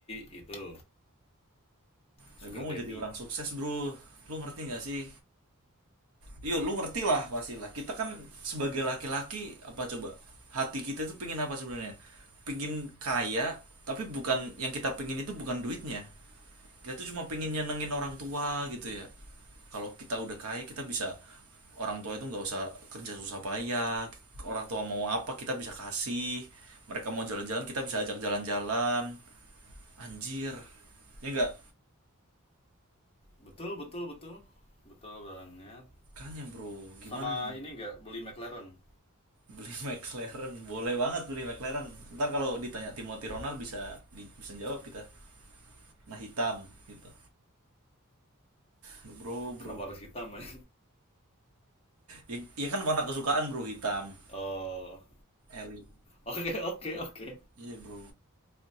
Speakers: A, on the left; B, on the right.
A: itu sugar
B: nah, gue mau
A: daddy
B: jadi orang sukses bro lu ngerti nggak sih yo lu ngerti lah pasti lah kita kan sebagai laki-laki apa coba hati kita itu pingin apa sebenarnya pingin kaya tapi bukan yang kita pingin itu bukan duitnya kita tuh cuma pingin nyenengin orang tua gitu ya kalau kita udah kaya kita bisa orang tua itu nggak usah kerja susah payah orang tua mau apa kita bisa kasih mereka mau jalan-jalan kita bisa ajak jalan-jalan anjir ya enggak
A: betul betul betul betul banget
B: kayaknya bro gimana
A: sama
B: nih
A: ini nggak beli McLaren
B: beli <laughs> McLaren boleh banget beli McLaren ntar kalau ditanya Timothy Ronald bisa di- bisa jawab kita nah hitam gitu bro bro
A: kenapa harus hitam man?
B: ya, ya kan warna kesukaan bro hitam
A: <laughs> oh
B: elit
A: oke oke oke
B: iya bro